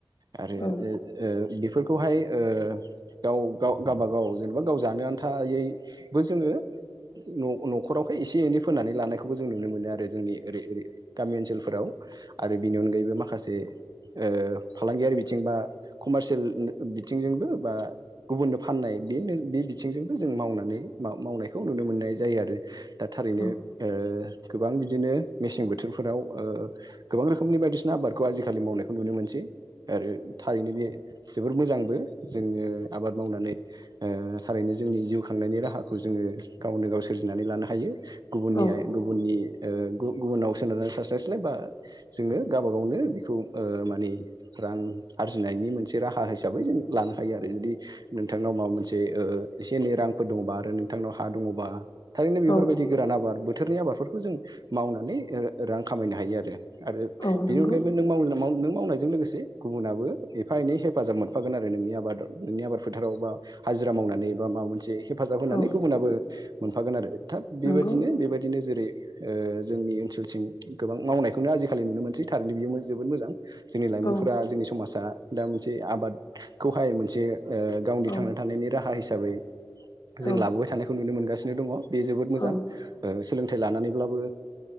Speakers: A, on the right; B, on the left.
A: आरो
B: औ
A: आरो ओ बेफोरखौहाय ओ गाव गाव गावाबागाव जेनेबा गाव जानो आन्थायैबो जोङो न'-न'खरावहाय एसे एनै फोनानै लानायखौबो जों नुनो मोनो आरो जोंनि ओरै ओरै गामि ओनसोलफोराव आरो बिनि अनगायैबो माखासे ओ फालांगियारि बिथिं बा कमारसियेल बिथिंजोंबो बा गुबुननो फाननाय बेनो बे बिथिंजोंबो जों मावनानै मावनायखौ नुनो मोननाय जायो आरो दा थारैनो
B: औ
A: ओ गोबां बिदिनो मेसें बोथोरफोराव ओ गोबां रोखोमनि बायदिसिना आबादखौ आजिखालि मावनायखौ नुनो मोनसै आरो थारैनो बे जोबोर मोजांबो जोङो आबाद मावनानै ओ थारैनो जोंनि जिउ खांनायनि राहाखौ जोङो गावनो गाव सोरजिनानै लानो हायो गुबुननिया
B: औ
A: गुबुननि ओ गुबु-गुबुनाव सोनारनानै थास्लायस्लाय बा जोङो गावबा गावनो बेखौ ओ माने रां आरजिनायनि मोन मोनसे राहा हिसाबै जों लानो हायो आरो जुदि नोंथांनाव माबा मोनसे ओ एसे एनै रांफोर दंबा आरो नोंथांनाव हा दङबा थारैनो बेफोरबायदि
B: औ
A: गोरान आबाद बोथोरनि आबादफोरखौ जों मावनानै ओ रां खामायनो हायो आरो आरो
B: औ
A: बेनि
B: नंगौ
A: अनगायैबो नों मावनो मावनो नों मावनायजों लोगोसे गुबुनाबो ओ एफा एनै हेफाजाब मोनफागोन आरो नोंनि आबाद नोंनि आबाद फोथाराव बा हाजिरा मावनानै बा माबा मोनसे हेफाजाब होनानै
B: औ
A: गुबुनाबो मोनफागोन आरो थाब बेबायदिनो
B: नंगौ
A: बेबायदिनो जेरै जोंनि ओनसोलसिम गोबां मावनायखौनो आजिखालि नुनो मोनसै थारैनो बियो जोबोद मोजां जोंनि लाइमोनफोरा
B: औ
A: जोंनि समाजा दा मोनसे आबादखौहाय मोनसे गावनि
B: औ
A: थांना थानायनि राहा हिसाबै जों
B: औ
A: लाबोबाय थानायखौ नुनो मोनगासिनो दङ बे जोबोद मोजां
B: औ
A: सोलोंथाइ लानानैब्लाबो